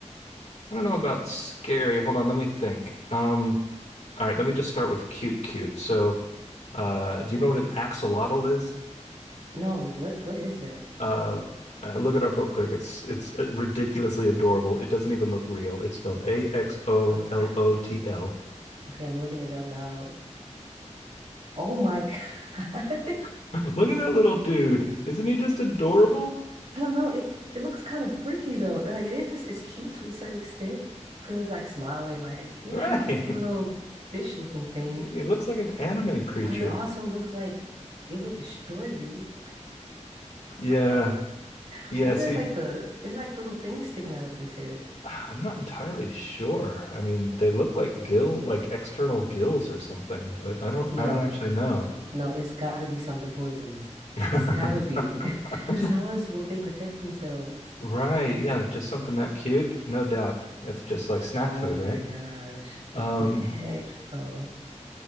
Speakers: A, on the left; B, on the right.
A: I don't know about scary. Hold on, let me think. Um, all right, let me just start with cute, cute. So, uh, do you know what an axolotl is?
B: No, what what is that?
A: Uh, uh, look it up real quick. It's it's uh, ridiculously adorable. It doesn't even look real. It's spelled A X O
B: Okay,
A: L O T L.
B: okay, I'm looking it up now. Oh my <laughs> God.
A: <gasps> Look at that little dude. Isn't he just adorable?
B: I don't know. It it looks kind of freaky though. Like it is, it's cute to a certain extent because it's like smiling, like yeah,
A: Right.
B: I'm just a little
A: <laughs>
B: fish looking thing.
A: He looks like an anime creature.
B: But it also looks like it would destroy you. <laughs>
A: Yeah. Yeah.
B: What
A: See,
B: are like the? It's like little things sticking out of his head.
A: I'm not entirely sure. I mean, they look like gill, like external gills or something, but I don't
B: You
A: I
B: know,
A: don't actually
B: it-
A: know.
B: no, it's got to be something poisonous.
A: <laughs>
B: It's got to be, <laughs> because how else would they protect themselves?
A: Right, yeah, just something that cute, no doubt. That's just like snack
B: Oh
A: food,
B: my
A: right?
B: gosh,
A: Um,
B: heck no.